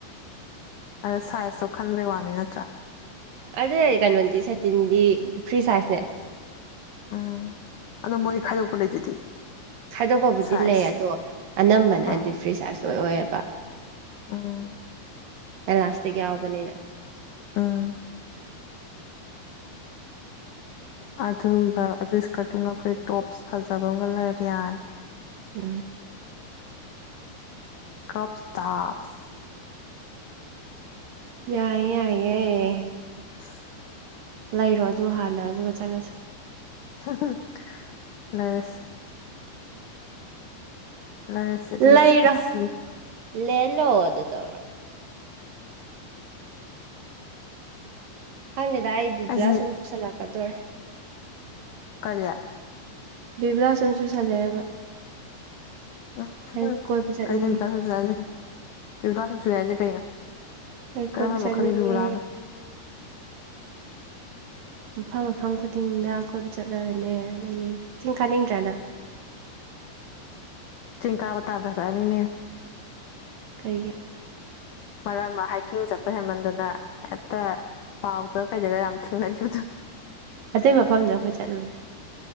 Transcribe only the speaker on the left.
ꯑꯗ ꯁꯥꯏꯁꯇꯣ ꯈꯟꯕꯩ ꯋꯥꯅꯤ ꯅꯠꯇ꯭ꯔꯥ
ꯎꯝ ꯑꯗꯣ ꯃꯣꯏ ꯈꯥꯏꯗꯣꯛꯄ ꯂꯩꯗꯨꯗꯤ
ꯁꯥꯏꯖ
ꯑꯥ
ꯎꯝ
ꯎꯝ ꯑꯗꯨꯝꯕ ꯑꯗꯨ ꯏꯁꯀꯔꯠꯇꯨꯒ ꯐꯨꯔꯤ ꯇꯣꯞꯁ ꯐꯖꯕ ꯑꯃꯒ ꯂꯩꯔ ꯌꯥꯔꯦ
ꯀ꯭ꯔꯣꯞ ꯏꯁꯇꯥꯞꯁ
ꯍ
ꯍꯥ ꯍꯥ ꯂꯩꯔꯁꯤ ꯂꯩꯔꯁꯤ ꯑꯗꯨꯒ
ꯆꯠꯂꯁꯤ
ꯑꯩꯁꯦ
ꯀꯔꯤꯌꯥ
ꯎ
ꯀꯩꯅ ꯕꯨꯗꯥꯁꯨ ꯁꯁꯦ ꯕꯨꯗꯥꯁꯨꯁꯨ ꯌꯥꯏꯁꯦ ꯀꯩꯅ
ꯀꯔ
ꯃꯈꯗꯤꯕꯤ ꯔꯥꯅ
ꯆꯤꯡꯀꯥꯋꯥꯠꯇ ꯑꯗꯔꯅꯤꯃꯤ
ꯃꯔꯝ ꯑꯃ ꯍꯥꯏꯀꯤꯡ ꯆꯠꯄ ꯍꯦꯟꯃꯟꯗꯨꯅ ꯍꯦꯛꯇ ꯄꯥꯎ ꯇ ꯀꯩꯗꯤꯒ ꯌꯥꯝ ꯑꯃ ꯊꯦꯡꯅꯈꯤꯕ